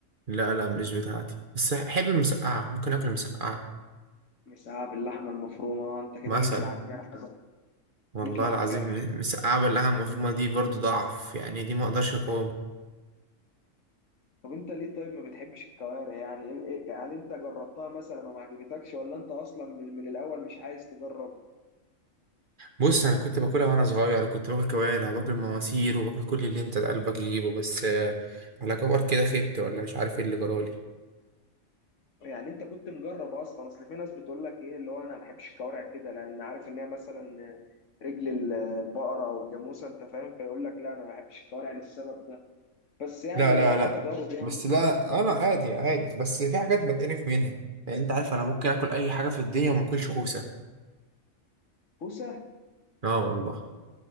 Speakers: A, on the right; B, on the left.
A: لا لا مش بتاعتي بس أحب المسقعة ممكن آكل مسقعة
B: مساعة باللحمة المفرومة آه، انت كده
A: مثلا
B: جيت لي على الجرح بقى.
A: والله
B: جيت لي على
A: العظيم
B: الجرح
A: مسقعة بلها المفروض ما دي برضو ضعف يعني دي ما أقدرش أقاوم
B: طب انت ليه طيب ما بتحبش الكوارع يعني ايه- ايه- هل انت جربتها مثلا وما عجبتكش ولا انت اصلا من, من الاول مش عايز تجرب
A: بص أنا كنت باكلها وأنا صغير وكنت باكل كوارع وباكل مواسير وباكل كل اللي أنت قلبك يجيبه بس آه، على كبر كده خبت ولا مش عارف إيه اللي جرالي
B: يعني انت كنت مجرب اصلا اصل في ناس بتقول لك ايه اللي هو انا ما بحبش الكوارع كده لان عارف ان هي مثلا رجل ال- البقرة او الجاموسة انت فاهم فيقول لك لا انا ما بحبش الكوارع للسبب ده بس يعني
A: لا لا
B: الحياة
A: لا
B: تجارب يعني
A: بس لا
B: ما ت-
A: أنا عادي عادي بس في حاجات بتقرف منها يعني أنت عارف أنا ممكن آكل أي حاجة في الدنيا وما آكلش كوسة
B: كوسة
A: اه والله